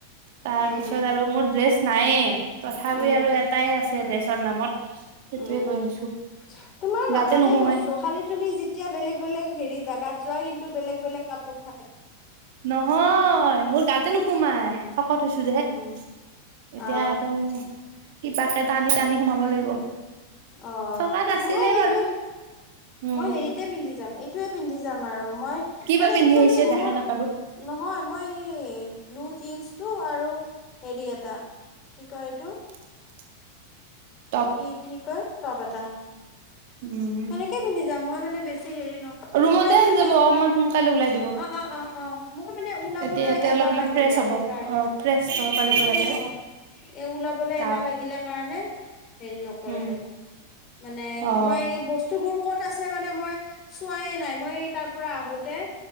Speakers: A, on the right; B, on the left.
A: তাৰপিছত
B: উম
A: আৰু মোৰ ড্ৰেছ নায়েই তথাপি
B: উম
A: আৰু এটাই আছে ড্ৰেছৰ নামত। সেইটোয়ে
B: উমঁ
A: লৈ আহিছো
B: তোমাৰ নাথাকে
A: গাতে নুসুমাই
B: বস্তু খালি তুমি যিট- তিয়া বেলেগ বেলেগ হেৰি জাগাত যোৱা কিন্তু বেলেগ বেলেগ কাপোৰত-
A: নহয় মোৰ গাতে নোসোমায়, শকত
B: উম
A: হৈছো যে!
B: অ
A: এতিয়া আৰু কিপাকে টানি টানি সোমাব লাগিব।
B: অ'
A: চকাত আছিলে
B: মই এইটো
A: বাৰু উম
B: মই হেৰিতে পিন্ধি যাম, এইট- এটোৱে পিন্ধি যাম আৰু মই
A: কি বা
B: মানে
A: পিন্ধি
B: এক্সুৱেলি
A: আহিছে দেখাই
B: মোৰ-
A: নাপালো
B: নহয় মই ব্লু জিন্সটো আৰু হেৰি এটা। কি কয় এইটো?
A: <inaudible> টপ
B: কি কি কয় টপ এটা।
A: উম
B: সেনেকে পিন্ধি যাম মই মানে বেছি হেৰি ন,
A: ৰুমতে
B: মই একচুৱেলি
A: আহি যাব
B: ওলাব
A: অকমান সোনকালে ওলাই দিব
B: অঁ অঁ অঁ অঁ মই মানে ওলাবলৈ
A: তেতিয়া ইয়াতে
B: এলা
A: অলপমান
B: লাগিলে
A: ফ্ৰেছ হ'ব
B: হেইকাৰণে
A: অ ফ্ৰেছ হ'ব পাৰিব ইয়াতে
B: অঁ। এ ওলাবলে
A: গাত
B: এলা লাগিলে কাৰণে- হেৰি নকৰিলো,
A: উম
B: মানে
A: অ
B: মই এই বট- বস্তুবোৰ ক'ত আছে মানে মই চোৱাই নাই, মই তাৰ পৰা আহোঁতে-